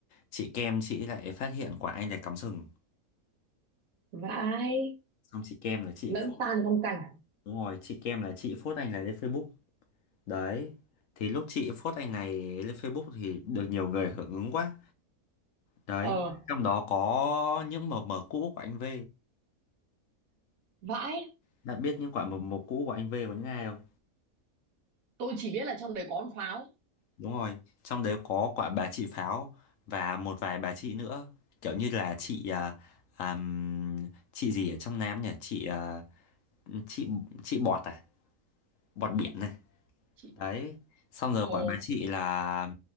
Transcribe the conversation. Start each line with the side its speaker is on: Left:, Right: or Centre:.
Left: chị Kem chị lại phát hiện quả anh là cắm sừng.
Right: vãi
Left: Xong chị Kem là chị
Right: lẫn
Left: phốt.
Right: tan trong cảnh
Left: Đúng rồi, chị Kem là chị phốt anh này lên Facebook. Đấy. Thì lúc chị phốt anh này lên Facebook thì được nhiều người hưởng ứng quá. Đấy,
Right: ờ
Left: trong đó có những mờ mờ cũ của anh V.
Right: vãi
Left: Bạn biết những quả mầm mống cũ của anh V có những ai không?
Right: tôi chỉ biết là trong đấy có con pháo
Left: Đúng rồi, trong đấy có quả bà chị Pháo và một vài bà chị nữa. Kiểu như là chị à, àm, chị gì ở trong Nam nhỉ? Chị à, chị chị Bọt à? Bọt biển này.
Right: chị
Left: Đấy. Xong rồi
Right: Ồ,
Left: quả bà chị là